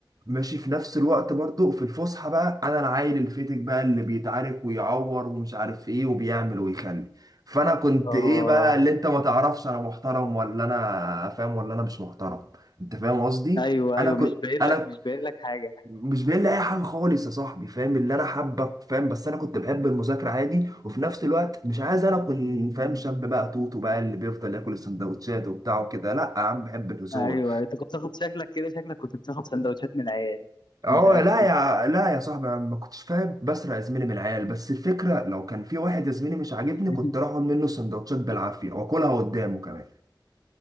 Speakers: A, on the right; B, on the left.
A: ماشي في نفس الوقت برضو في الفسحة بقى أنا العيل الفتك بقى اللي بيتعارك ويعور ومش عارف إيه وبيعمل ويخلي فأنا كنت
B: اه
A: إيه بقى اللي أنت ما تعرفش أنا محترم ولا أنا فاهم ولا أنا مش محترم أنت فاهم قصدي؟
B: ايوه
A: أنا
B: ايوه
A: كنت
B: مش باين
A: أنا
B: لك
A: ك-
B: مش باين لك حاجه
A: مش باين لي أي حاجة خالص يا صاحبي فاهم اللي أنا حابك فاهم بس أنا كنت بحب المذاكرة عادي وفي نفس الوقت مش عايز أنا أكون فاهم شاب بقى توتو بقى اللي بيفضل ياكل السندوتشات وبتاع وكده لأ يا عم بحب الهزار
B: ايوه انت كنت بتاخد شكلك كده شكلك كنت بتاخد سندوتشات من العيال
A: اه
B: متاكد
A: لا يا لا يا صاحبي انا ما كنتش فاهم بسرق يا زميلي من العيال بس الفكره لو كان في واحد يا زميلي مش عاجبني
B: <laughs>
A: كنت اخد منه سندوتشات بالعافيه واكلها قدامه كمان